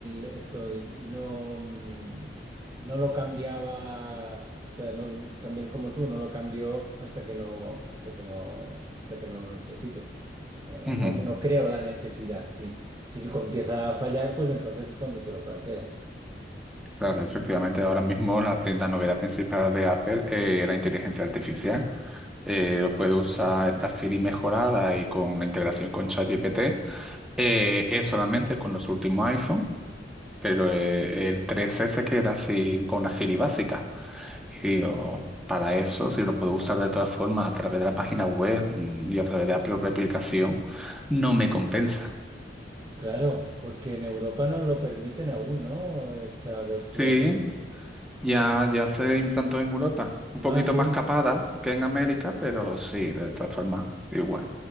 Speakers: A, on the right; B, in the centre.
A: el- esto, y, y no. mm, no lo cambiaba, o sea, no, también como tú, no lo cambio hasta que no, hasta que no, hasta que no lo necesito. O sea, no,
B: Ujú.
A: no, no creo la necesidad. Si, si empieza a fallar, pues entonces es cuando te lo planteas.
B: Claro, efectivamente, ahora mismo la, pri- la novedad principal de Apple es la inteligencia artificial. eh, lo puede usar la Siri mejorada y con la integración con ChatGPT. Eh, es solamente con los últimos iPhone, pero eh, el tres s se queda así con la Siri básica. Y digo, para eso, si lo puedo usar de todas formas a través de la página web mm, y a través de la propia aplicación, no me compensa.
A: Claro, porque en Europa no lo permiten aún, ¿no? Esta versión.
B: Sí, Ya, ya se implantó en Europa, un poquito
A: Ah, sí,
B: más capada que en América, pero sí, de todas formas, igual.